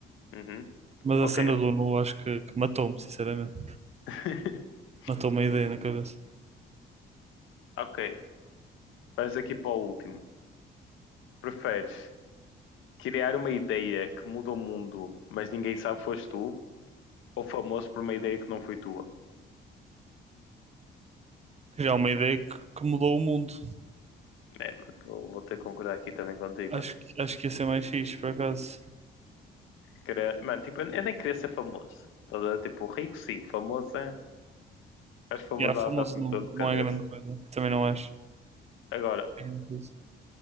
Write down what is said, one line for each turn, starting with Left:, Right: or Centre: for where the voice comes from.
Left: Uhum.
Right: Mas a
Left: Ok.
Right: cena do nu acho que, que matou-me, sinceramente.
Left: <laughs>
Right: Matou-me a ideia na cabeça.
Left: Ok. Vamos aqui para o último. Preferes criar uma ideia que muda o mundo, mas ninguém sabe que foste tu, ou famoso por uma ideia que não foi tua?
Right: Que já é uma ideia que, que mudou o mundo.
Left: É, mano, vou vou ter que concordar aqui também contigo,
Right: Acho, que- acho que ia ser mais fixe, por acaso.
Left: querer. Mano, tipo, eu eu nem queria ser famoso. Tá a ver? Tipo, rico sim, famoso é. Acho que famoso
Right: E a famoso
Left: dá dá-te um
Right: não,
Left: todo de cabeça.
Right: não é grande coisa. Também não acho.
Left: Agora,
Right: É grande coisa.